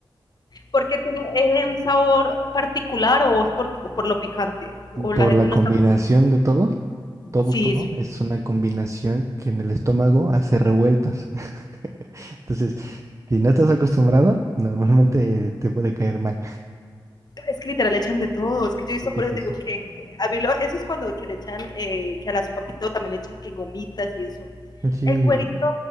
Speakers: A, on the left; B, on the right.
A: porque tiene eh, un sabor particular o es por, por lo picante? O
B: Por
A: la gente
B: la combinación
A: no está...
B: de todo, todo,
A: Sí,
B: todo,
A: eso
B: es una combinación que en el estómago hace revueltas. <laughs> Entonces, si no estás acostumbrado, normalmente te puede caer mal.
A: es que literal le echan de todo, es que yo he visto
B: Sí,
A: por
B: sí,
A: eso, te
B: sí.
A: digo que, que a mí lo- eso es cuando que le echan, eh, que a las papitas también le echan que gomitas y eso.
B: Sí,
A: El cuerito,